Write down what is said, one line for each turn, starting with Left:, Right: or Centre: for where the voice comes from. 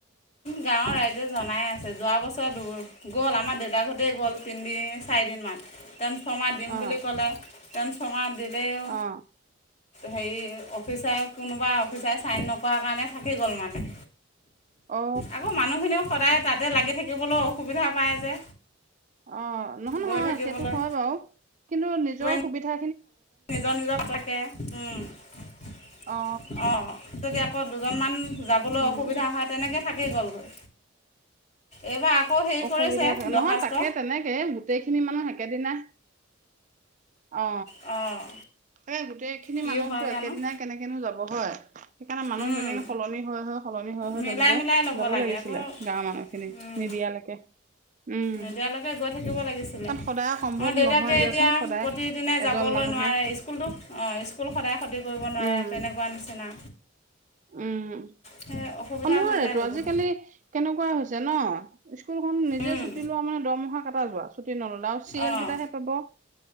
Left: গাঁৱৰ ৰাইজে জনাই আছে যোৱা বছৰ দূ গ'ল আমাৰ দেউতাৰ হতে গ'ল তিনদিন চাৰিদিন টেম শমাহ দিম
Right: অ
Left: বুলি ক'লে টেম শমাহ দিলেও
Right: অ
Left: হেৰি অফিচাৰ কোনোবা অফিচাৰে ছাইন নকৰৰা কাৰণে থাকি গ'ল মানে
Right: অ
Left: আকৌ মানুহখিনিও সদায় তাতে লাগি থাকিবলৈ অসুবিধা পায় যে
Right: অ নহয়
Left: গৈ
Right: নহয়
Left: থাকিবলৈ
Right: সেইটো হয় বাৰু কিন্তু
Left: চবৰে
Right: নিজৰ সুবিধা
Left: নিজৰ নিজৰ থাকে উ
Right: অ
Left: অ যদি আকৌ দুজনমান যাবলৈ
Right: উম
Left: অসুবিধা হয় তেনেকৈ থাকি গ'লগৈ এইবাৰ আকৌ হেৰি
Right: অসুবিধা
Left: কৰিছে
Right: থাকে
Left: দৰ্খাস্ত
Right: নহয় তাকে তেনেকে গোটেইখিনি মানুহ একেদিনা অ
Left: অঁ
Right: এই গোটেইখিনি
Left: কি
Right: মানুহতো
Left: হয় জানো
Right: একেদিন কেনেকেনো যাব হয় সেইকাৰণে মানুহ
Left: উম,
Right: যেনেকে সলনি হয়ক সলনি হয় হয়
Left: মিলাই
Right: তেনেকে
Left: মিলাই ল'ব
Right: যাব
Left: লাগে
Right: লাগিছিলে
Left: আকৌ
Right: গাঁৱৰ মানুহ খিনি
Left: উম,
Right: নিদিয়ালৈকে উম
Left: নিদিয়ালৈকে গৈ থাকিব লাগিছিলে
Right: কাৰণ
Left: আমাৰ
Right: সদায় সম্ভৱ
Left: দেউতাকে
Right: নহয় দিয়াচোন
Left: এতিয়া
Right: সদায়
Left: প্ৰতিদিনে
Right: এজন
Left: যাবলৈ
Right: মানুহে
Left: নোৱাৰ স্কুলটোক অঁ স্কুল সদায় ক্ষতি কৰিব নোৱাৰে
Right: উম
Left: তেনেকুৱা নিচিনা
Right: উম
Left: সেই অসুবিধা
Right: নোৱাৰেটো
Left: হৈ যায়গৈ
Right: আজিকালি
Left: বহুত।
Right: কেনেকুৱা হৈছে ন স্কুলখন নিজে
Left: উম,
Right: ছুটি লোৱা মানে দৰমহা কেইটা যোৱা ছুটি নললে আৰু চিল
Left: অঁ
Right: কেইটাহে পাব <unintelligible>